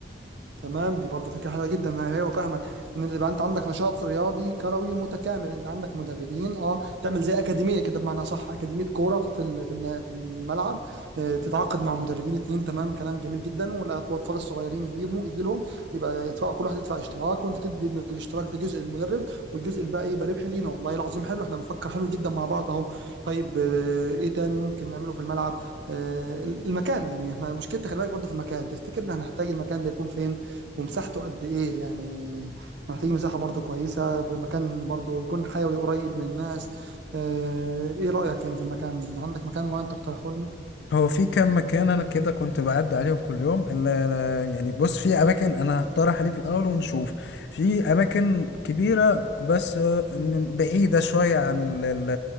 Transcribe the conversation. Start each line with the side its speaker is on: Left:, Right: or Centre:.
Right: تمام دي برضو فكره حلوه جدا انا ايوه فاهمك ان انت يبقى انت عندك نشاط رياضي كروي متكامل انت عندك مدربين اه تعمل زي اكاديميه كده بمعنى صح اكاديميه كوره في ال- في النا- في الملعب آه، تتعاقد مع مدربين اتنين تمام كلام جميل جدا والاطفال الصغيرين يجيبوا يجي لهم يبقى يدفعوا كل واحد يدفع اشتراك وانت تدي من الاشتراك ده جزء للمدرب والجزء الباقي يبقى ربح لينا والله العظيم حلو احنا بنفكر حلو جدا مع بعض اهو طيب آه، ايه تاني ممكن نعمله في الملعب آه، المكان يعني احنا مشكلتنا خلي بالك برضو في المكان تفتكر ان هنحتاج المكان ده يكون فين ومساحته قد ايه يعني إحنا محتاجين مساحة برضو كويسة في مكان برضو يكون حيوي قريب من الناس آه، ايه رأيك يعني في المكان عندك مكان معين تقترحه لنا؟
Left: هو في كام مكان انا كده كنت بعدي عليهم كل يوم الا لا- يعني بص في اماكن انا هقترح عليك الاول ونشوف في اماكن كبيره بس آه، م- بعيده شويه عن ال- ال-